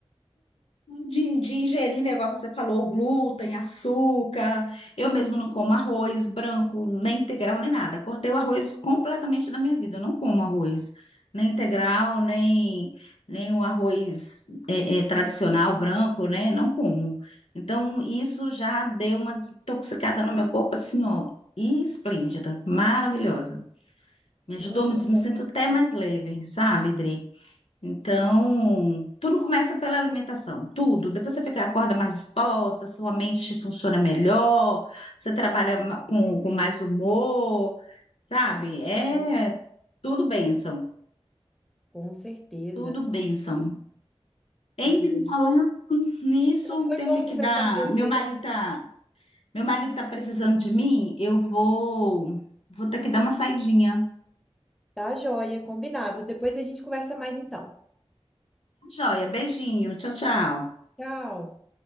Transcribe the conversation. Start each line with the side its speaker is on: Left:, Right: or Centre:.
Left: De, de ingerir, né, igual você falou, glúten, açúcar. Eu mesmo não como arroz branco, nem integral, nem nada. Cortei o arroz completamente da minha vida. Eu não como arroz, nem integral, nem, nem o arroz é, é, tradicional branco, né? Não como. Então, isso já deu uma desintoxicada no meu corpo, assim, ó, esplêndida, maravilhosa. Me ajudou
Centre: Muito
Left: muito, me sinto até mais leve, sabe, Dri? Então, tudo começa pela alimentação, tudo. Depois você fica, acorda mais disposta, sua mente funciona melhor, você trabalha ma- com, com mais humor, sabe? É
Centre: bom,
Left: tudo bênção,
Centre: com certeza.
Left: tudo bênção. Entre
Centre: É,
Left: falando nisso,
Centre: Então foi
Left: tem
Centre: bom
Left: que que
Centre: conversar
Left: dar.
Centre: com você.
Left: Meu marido tá, meu marido tá precisando de mim, eu vou, vou ter que dar uma saidinha.
Centre: Tá joia, combinado. Depois a gente conversa mais então.
Left: Joia, beijinho, tchau, tchau.
Centre: Tchau.